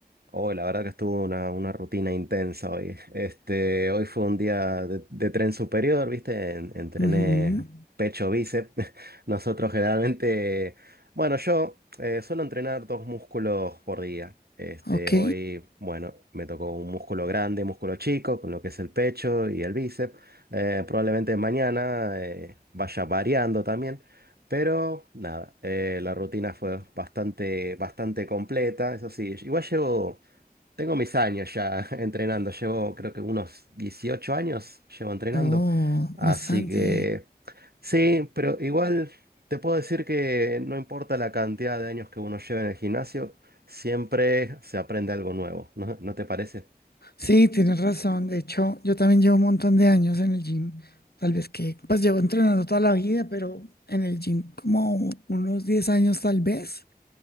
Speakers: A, on the right; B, on the left.
A: Hoy, la verdad que estuvo una, una rutina intensa hoy. Este, hoy fue un día de, de tren superior, ¿viste? En- entrené
B: Ujú,
A: pecho, bíceps. <laughs> Nosotros generalmente, bueno, yo eh, suelo entrenar dos músculos por día. Este,
B: Ok.
A: hoy, bueno, me tocó un músculo grande, músculo chico, con lo que es el pecho y el bíceps. Eh, probablemente mañana eh, vaya variando también. Pero nada, eh, la rutina fue bastante, bastante completa, eso sí. Igual llevo tengo mis años ya <laughs> entrenando, llevo creo que unos 18 años llevo entrenando,
B: Oh,
A: así
B: bastante.
A: que sí, pero igual te puedo decir que no importa la cantidad de años que uno lleve en el gimnasio, siempre se aprende algo nuevo, ¿no, no te parece?
B: Sí, tienes razón. De hecho, yo también llevo un montón de años en el gym. Tal vez que, pues llevo entrenando toda la vida, pero en el gym como unos 10 años tal vez.